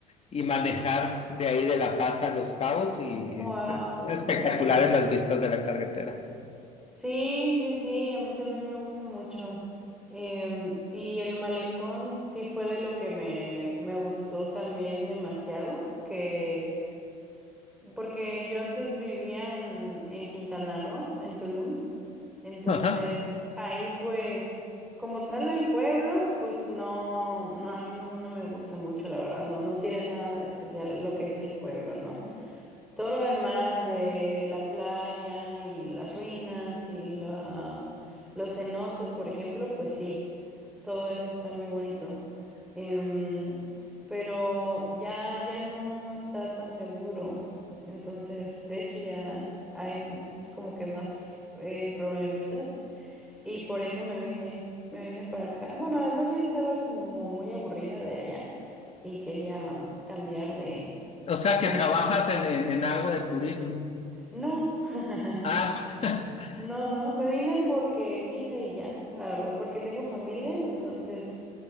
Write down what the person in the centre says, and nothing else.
Wow.
Sí, sí, sí, a mí también me gusta mucho. Em, y el malecón sí fue de lo que me, me gustó también demasiado, que porque yo antes vivía en, en Quintana Roo, en Tulum, entonces
ahí pues como tal el pueblo, pues no, no, a mí no, no me gusta mucho, la verdad, no, no tiene nada de especial lo que es el pueblo, ¿no? Todo lo demás de la playa y las ruinas y la- los cenotes, por ejemplo, pues sí, todo eso está muy bonito. Em, pero ya, ya no está tan seguro. Entonces, de hecho, ya hay mm, como que más eh, problemitas. Y por eso me vine, me vine para acá. Bueno, además ya estaba como muy aburrida de allá y quería cambiar de,
de
aires.
No. <laughs>
No, no, me vine porque quise y ya, la verdad, porque tengo familia, entonces